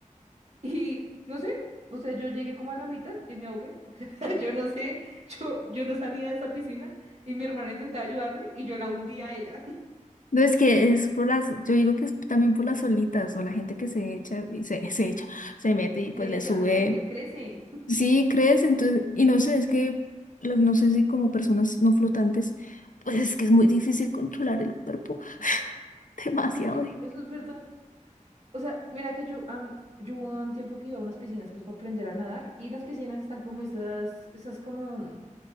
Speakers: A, on the right; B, on the left.
A: Y no sé, o sea, yo llegué como a la mitad y me ahogué. <laughs> O sea, yo no sé, yo, yo no salía de esa piscina y mi hermana intentaba ayudarme y yo la hundía a ella. <laughs>
B: No, es que es por las, yo digo que es también por las solitas o la gente que se echa y se, <laughs> se echa, se mete y pues
A: Sí,
B: le
A: echa,
B: sube.
A: así como que crece.
B: Sí, crees, entonces, y no sé, es que las- no sé si como personas no flotantes, pues es que es muy difícil controlar el cuerpo, <laughs>
A: <laughs>
B: demasiado.
A: Es que es-
B: di-
A: eso es verdad. O sea, mira que yo, am, yo hubo un tiempo que iba a unas piscinas pues para aprender a nadar y las piscinas están como esas, esas como